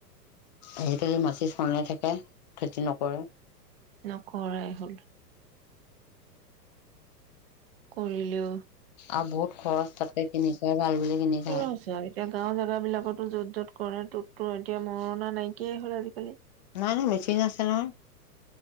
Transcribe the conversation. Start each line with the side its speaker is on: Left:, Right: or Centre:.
Left: আজিকালি মাটি চলাই থাকে খেতি নকৰে
Right: নকৰাই হ'ল কৰিলো
Left: আৰু বহুত খৰচ তাতে কিনিছ ভাল বুলি কিনি খায়
Right: কছ এতিয়া গাঁৱত জেগা বিলাকতো য'ত য'ত কৰে ত'তো এতিয়া মৰণা নাইকিয়াই হ'ল আজিকালি
Left: নাই মেচিন আছে নহয়